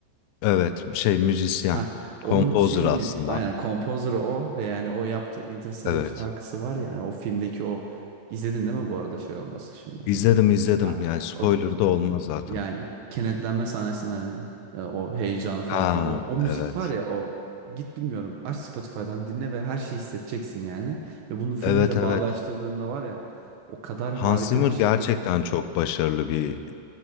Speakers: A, on the left (about 85°); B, on the right (about 70°).
A: Evet, şey müzisyen,
B: Hah, onun
A: kompozör
B: şeyini
A: aslında.
B: aynen kompozörü o ve yani o yaptığı Interstellar
A: Evet.
B: şarkısı var ya yani o filmdeki o izledin değil mi bu arada şey olması şimdi?
A: İzledim izledim.
B: Ha,
A: Yani spoiler
B: o
A: da olmaz zaten.
B: yani kenetlenme sahnesinden hani, e, o heyecan falan
A: Ha,
B: filan o, o müzik
A: evet.
B: var ya o git bilmiyorum aç Spotify'dan dinle ve her şeyi hissedeceksin yani ve bunu filmle
A: Evet
B: de
A: evet.
B: bağdaştırdığında var ya o kadar
A: Hans
B: harika
A: Zimmer
B: bir şey
A: gerçekten
B: ki.
A: çok başarılı bir